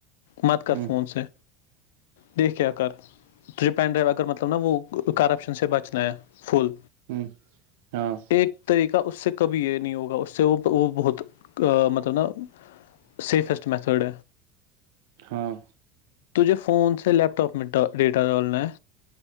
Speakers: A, on the left; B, on the right.
A: مت کر
B: ہوں
A: فون س سے دیک کیا کر ٹرپ اینڈ ڈرائیو اگر مطلب نا وہ کرپشن سے بچنا ہے فل
B: ہوں ہاں
A: ایک طریقہ اس سے کبھی یہ نہیں ہوگا اس سے وہ وہ بہت مطلب نا سیفسٹ میتھڈ
B: ہاں
A: تجھے فون سے لیپٹاپ میں ڈیٹا ڈالنا ہے